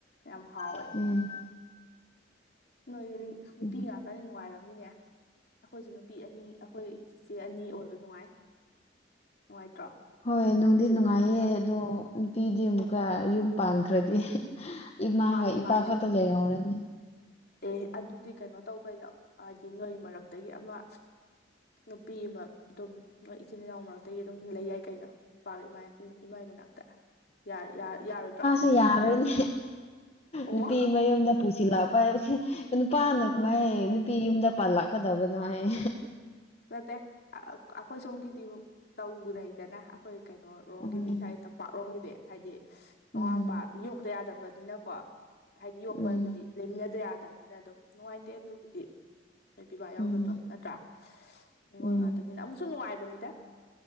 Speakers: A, on the left; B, on the left.
A: ꯌꯥꯝ ꯍꯥꯎꯋꯦ
B: ꯎꯝ
A: ꯅꯣꯏꯗꯤ ꯅꯨꯄꯤ
B: ꯎꯝ
A: ꯉꯥꯛꯇꯅꯤ ꯅꯨꯡꯉꯥꯏꯔꯝꯅꯤꯅꯦ ꯑꯩꯈꯣꯏꯁꯨ ꯅꯨꯄꯤ ꯑꯅꯤ ꯑꯩꯈꯣꯏ ꯆꯤꯆꯦ ꯑꯅꯤ ꯑꯣꯏꯕ ꯅꯨꯡꯉꯥꯏ ꯅꯨꯡꯉꯥꯏꯇ꯭ꯔꯣ
B: ꯍꯣꯏ ꯅꯨꯡꯗꯤ
A: ꯆꯤ
B: ꯅꯨꯡꯉꯥꯏꯌꯦ ꯑꯗꯣ ꯅꯨꯄꯤꯗꯤ ꯑꯃꯨꯛꯀ ꯌꯨꯝ ꯄꯥꯟꯈ꯭ꯔꯗꯤ ꯏꯃꯥꯒ
A: ꯃꯥꯅꯦ
B: ꯏꯄꯥ
A: ꯃꯥꯅꯦ
B: ꯈꯛꯇ ꯂꯩꯍꯧꯔꯅꯤ
A: ꯑꯦ ꯑꯗꯨꯗꯤ ꯀꯩꯅꯣ ꯇꯧ ꯀꯩꯅꯣ ꯍꯥꯏꯗꯤ ꯅꯣꯏ ꯃꯔꯛꯇꯒꯤ ꯑꯃ ꯅꯨꯄꯤ ꯑꯃ ꯑꯗꯨꯝ ꯃꯣꯏ ꯏꯆꯤꯟ ꯏꯅꯥꯎ ꯃꯔꯛꯇꯒꯤ ꯑꯗꯨꯝ ꯂꯩ ꯌꯥꯏ ꯀꯩꯅꯣ ꯅꯨꯄꯥ ꯏꯃꯥꯏ ꯏꯃꯥꯏ ꯃꯅꯥꯛꯇ ꯌꯥ ꯌꯥ ꯌꯥꯔꯣꯏꯗ꯭ꯔꯣ
B: ꯨ ꯌꯥꯔꯣꯏꯅꯦ
A: ꯑꯣ
B: ꯅꯨꯄꯤ ꯃꯌꯨꯝꯗ ꯄꯨꯁꯤꯜꯂꯛ ꯄꯥꯏꯕꯁꯤ ꯅꯨꯄꯥ ꯑꯃꯅ ꯀꯃꯥꯏ
A: ꯎꯝ
B: ꯅꯨꯄꯤ ꯌꯨꯝꯗ ꯄꯥꯜꯂꯥꯛꯀꯗꯕꯅꯣ ꯍꯥꯏꯑꯦ
A: ꯅꯠꯇꯦ ꯑꯥ ꯑꯛ ꯑꯩꯈꯣꯏ ꯁꯣꯝꯒꯤꯗꯤ ꯇꯧꯒꯤ ꯅꯩꯗꯅ ꯑꯩꯈꯣꯏ ꯀꯩꯅꯣꯔꯣꯝꯒꯤꯗꯤ
B: ꯎꯝ
A: ꯏꯁꯥꯥꯏ ꯇꯝ ꯄꯥꯛꯂꯣꯝꯒꯤꯗꯤ ꯍꯥꯏꯗꯤ ꯃꯃꯥ
B: ꯎꯝ
A: ꯃꯄꯥ ꯌꯣꯛꯇ ꯌꯥꯗꯕꯅꯤꯅꯀꯣ ꯍꯥꯏꯗꯤ ꯌꯣꯛꯄ
B: ꯎꯝ
A: ꯍꯥꯏꯕꯗꯤ ꯂꯩꯃꯤꯟꯅꯗ ꯌꯥꯗꯝꯅꯤꯅ ꯑꯗꯨꯝ ꯅꯨꯡꯉꯥꯏꯇꯦ ꯑꯗꯨꯕꯨꯗꯤ ꯄꯤꯕꯥ ꯌꯥꯎꯗꯕꯗꯣ
B: ꯎꯝ
A: ꯅꯠꯇ꯭ꯔꯥ ꯅꯤꯉꯣꯜ
B: ꯎꯝ
A: ꯉꯥꯛꯇꯅꯤꯅ ꯑꯃꯨꯛꯁꯨ ꯅꯨꯡꯉꯥꯏꯕꯅꯤꯗ